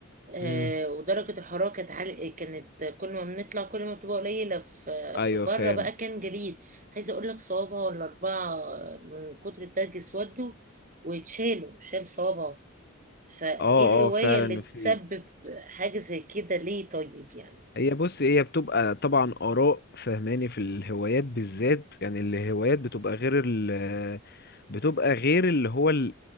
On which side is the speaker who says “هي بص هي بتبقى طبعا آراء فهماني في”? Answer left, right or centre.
Left